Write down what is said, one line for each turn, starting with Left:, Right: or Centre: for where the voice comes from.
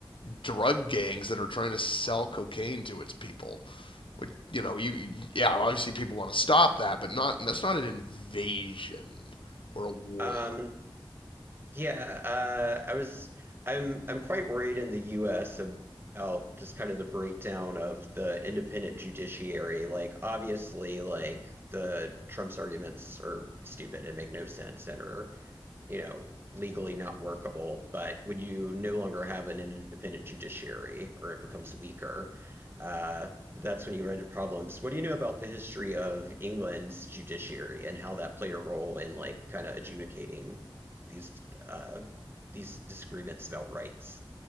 Left: drug gangs that are trying to sell cocaine to its people. Which you know, you you- yeah, obviously people want to stop that, but not that's not an invasion or a war.
Right: Um, yeah, uh, I was I'm I'm quite worried in the US about just kind of the breakdown of the independent judiciary. Like obviously like the Trump's arguments are stupid and make no sense and are you know, legally not workable. But when you no longer have an independent judiciary or it becomes weaker, uh, that's when you run into problems. What do you know about the history of England's judiciary and how that played a role in like kind of adjudicating these uh, these disagreements about rights?